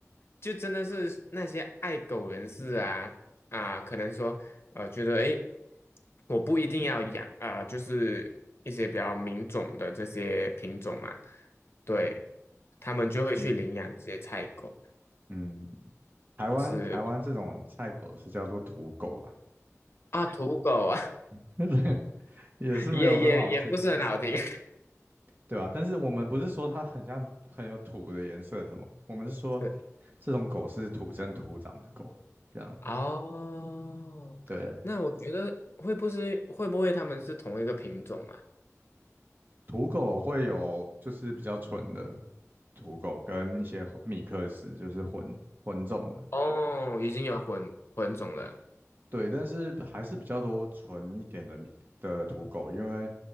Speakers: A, on the left; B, on the right.
A: 就真的是那些爱狗人士啊啊，可能说呃，觉得诶，我不一定要养啊、呃就是一些比较名种的这些品种嘛，对，他们就会去领养这些菜狗，
B: <laughs> 嗯嗯，台湾台湾这种菜狗是叫做土狗啦，
A: 是啊，土狗啊，
B: <laughs> 对，也是没有很好听，
A: <laughs> 也也也不是很好听，
B: 对吧？但是我们不是说它很像很有土的颜色什么，我们是说
A: <laughs> 是
B: 这种狗是土生土长的狗，这样。
A: 哦，
B: 对，
A: 那我觉得会不是会不会他们是同一个品种啊？
B: 土狗会有就是比较纯的土狗，跟一些混米克斯，就是混混种的。
A: 哦，已经有混混种了，
B: 对，但是还是比较多纯一点的米的土狗，因为